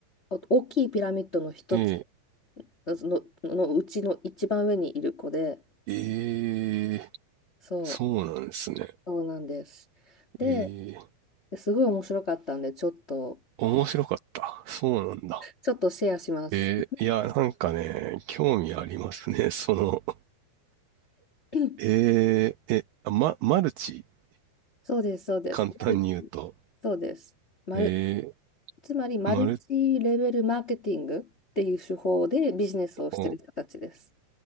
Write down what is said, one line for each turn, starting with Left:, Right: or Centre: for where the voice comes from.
Left: お大きいピラミッドの一つ
Right: ー、え
Left: その、のうちの一番上にいる子で、
Right: ー、えー、
Left: そう、
Right: そうなんですね。
Left: そうなんです。で、
Right: えー、
Left: すごい面白かったんで、ちょっと、
Right: 面白かった。そうなんだ。
Left: ちょっとシェアします。
Right: えー、いや、なんかね、興味ありますね。<laughs> その、
Left: <clears throat>
Right: えー、え、あま、マルチ
Left: そうです、そうです。
Right: 簡単に言うと。
Left: マルチそうです。マル、
Right: え
Left: つまり、マルチレベルマーケティングっていう手法でビジネスをしてる人たちです。
Right: ー、マル、あ、